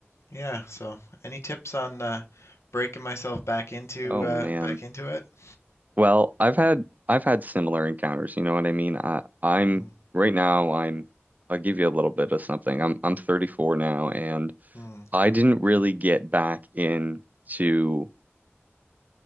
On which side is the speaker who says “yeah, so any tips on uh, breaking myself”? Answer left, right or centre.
Left